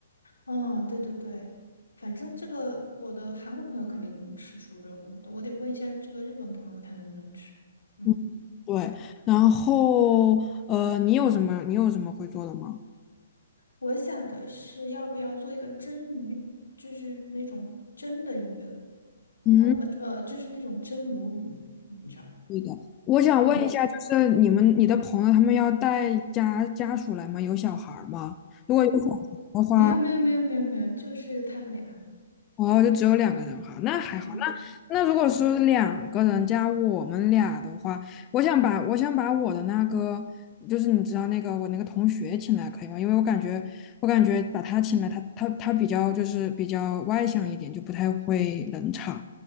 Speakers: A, on the left; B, on the left.
A: 哦，对对对，反正这个我的韩国朋友肯定能吃猪肉，我得问一下这个日本朋友他能不能吃。嗯，
B: 嗯，对，然后呃，你有什么你有什么会做的吗？
A: 我想的是要不要做一个蒸鱼，就是那种蒸的鱼，
B: 嗯，
A: 呃呃，就是那种蒸鲈鱼，你知道？
B: 对的，我想问一下，
A: 嗯，
B: 就是你们你的朋友他们要带家家属来吗？有小孩儿吗？如果有小孩儿的话，
A: 没有没有没有没有没有，就是他们俩。
B: 哦，就只有两个人哈，那还好。
A: 嗯，
B: 那那如果是两个人加我们俩的话，我想把我想把我的那个，就是你知道那个我那个同学请来可以吗？因为我感觉我感觉把他请来，他他他比较就是比较外向一点，就不太会冷场。